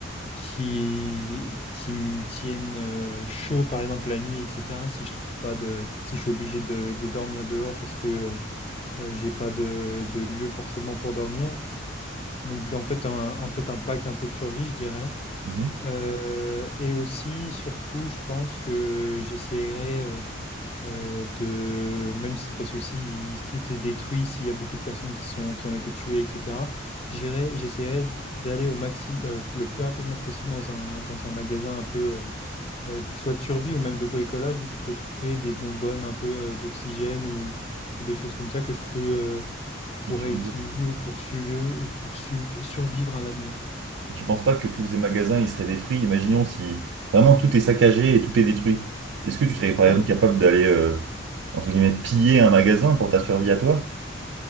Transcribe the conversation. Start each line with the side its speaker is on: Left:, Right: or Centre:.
Left: qui, qui me tiennent euh, chaud, par exemple la nuit, etc. Si je trouve pas de, si je suis obligé de, de dormir dehors parce que euh, j'ai pas de, de lieu forcément pour dormir. Donc, en fait, un, en fait, un pack un peu de survie, je dirais.
Right: Mhm.
Left: Euh, et aussi, surtout, je pense que j'essaierai euh, de même si parce que si tout est détruit, s'il y a beaucoup de personnes qui sont qui ont été tuées, etc. J'irai, j'essaierai d'aller au maximum le plus rapidement possible dans un dans un magasin un peu euh, euh, soit de survie ou même de bricolage où je peux trouver des bonbonnes un peu euh, d'oxygène ou ou des choses comme ça que je peux euh, je pourrais
Right: Et tu,
Left: utiliser pour suivre pour suivre- survivre à l'avenir.
Right: et tu penses pas que tous les magasins, ils seraient détruits? Imaginons si vraiment tout est saccagé et tout est détruit. Est-ce que tu serais par
Left: Oui.
Right: exemple capable d'aller, euh, entre guillemets, piller un magasin pour ta survie à toi?